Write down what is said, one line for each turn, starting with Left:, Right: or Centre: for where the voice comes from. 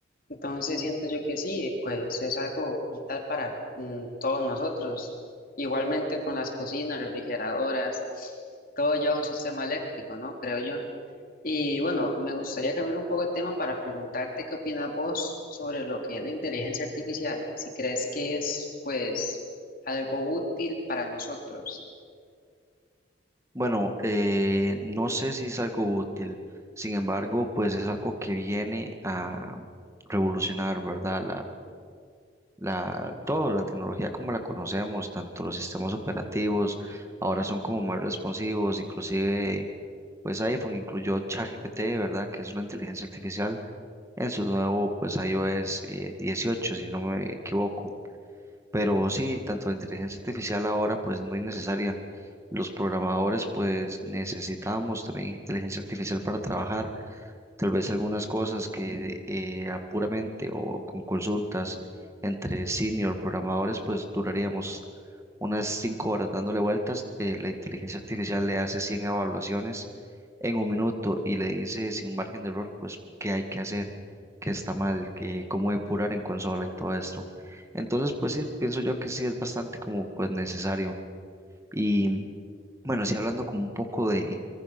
Left: Entonces siento yo que sí, pues es algo vital para mm, todos nosotros. Igualmente con las cocinas, refrigeradoras, todo lleva un sistema eléctrico, ¿no? Creo yo. Y bueno, me gustaría cambiar un poco el tema para preguntarte qué opinas vos sobre lo que es la inteligencia artificial, y si crees que es pues algo útil para nosotros.
Right: Bueno, eh, no sé si es algo útil, sin embargo, pues es algo que viene a revolucionar, ¿verdad? La, todo, la tecnología como la conocemos, tanto los sistemas operativos, ahora son como más responsivos, inclusive pues iPhone incluyó ChatGPT, ¿verdad? Que es una inteligencia artificial en su nuevo pues iOS eh, 18 si no me equivoco. Pero sí, tanto la inteligencia artificial ahora pues es muy necesaria. Los programadores pues necesitamos también inteligencia artificial para trabajar Tal vez algunas cosas que eh, a puramente o con consultas entre senior programadores, pues duraríamos unas cinco horas dándole vueltas. Eh, la inteligencia artificial le hace 100 evaluaciones en un minuto y le dice sin margen de error, pues qué hay que hacer, qué está mal, qué, cómo depurar en consola y todo esto. Entonces, pues sí, pienso yo que sí es bastante como pues necesario. y bueno, sí, hablando como un poco de,